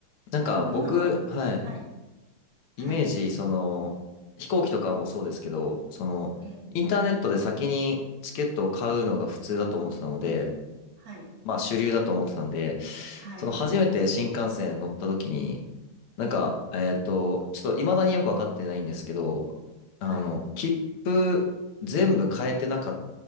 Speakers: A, on the left; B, on the right.
A: なんか、
B: でも今は、
A: 僕、はい。
B: はい。はい。
A: イメージ、その、飛行機とかもそうですけど、その、
B: ええ。
A: インターネットで先にチケットを買うのが普通だと思ってたので、
B: はい。
A: まあ主流だと思ってたんで、
B: はい。
A: その初めて新幹線乗った時に、なんか、
B: ええ。
A: えっと、ちょっと未だによくわかってないんですけど、あの、
B: はい。
A: 切符全部変えてなかっ